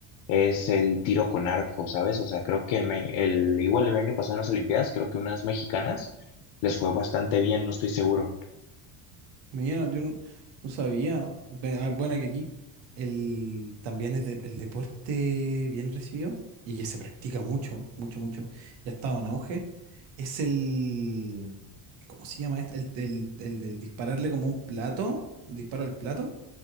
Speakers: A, on the left; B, on the right.
A: es el tiro con arco, ¿sabes? O sea, creo que en me- el, igual el año pasado en las Olimpiadas, creo que unas mexicanas les fue bastante bien, no estoy seguro.
B: Mira, yo no, no sabía. Ve- ah, Bueno, que aquí el, también es de- el deporte bien recibido y que se practica mucho, mucho, mucho. Ya ha estado en auge. Es el, ¿cómo se llama este? El, del el del dispararle como un plato, disparo al plato.